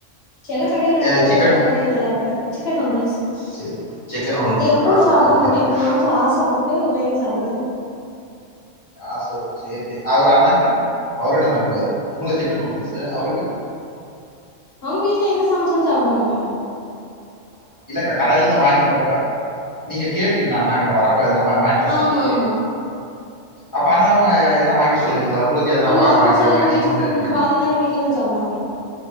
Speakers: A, on the left (about 55°); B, on the left (about 15°).
A: சில கடயில நல்லா
B: எ
A: இருக்கு
B: சிக்கன்
A: சில கடயில நல்லா இருக்காது சிக்கன் நூடுல்ஸ்
B: செ சிக்கன் நூடுல்ஸ்
A: அது
B: இருக்கா
A: எப்பவு சாப்பட
B: சேரி
A: மாட்டோ
B: சேரிக்கா
A: எப்பவாச்சு ஆசப்பட்டு வாங்கி சல்றது
B: ஆசப்படு சேர் செரி அவரு அண்ணே அவரு என்ன சாப்புடுவாரு உங்களுக்கு சிக்கன் நூடுல்ஸ் அவருக்கு
A: அவங்க வீட்டுல என்ன சமைச்சாலு சாப்பிடுவாங்க
B: இல்லக்கா கடையில தா வாங்கிட்டுறப்ப நீங்க கேப்பீங்களா அண்ணாகிட்ட வரப் இது நம்ம வாங்கிட்டு வர சொல்லி
A: ஆமா ஆமா
B: அப்ப அண்ணாவு எதுனா வாங்கி சொல்லுவீங்களா உங்களுக்கு எதனா
A: இல்ல
B: வரப்ப
A: அவங்க
B: வாங்கிக்கோங்க
A: சில நேரம்
B: நீங்க
A: வீட்டுல
B: மட்டும் அப்படின்னு
A: பாதி நேரம் வீட்லதா சாப்பிடுவாங்க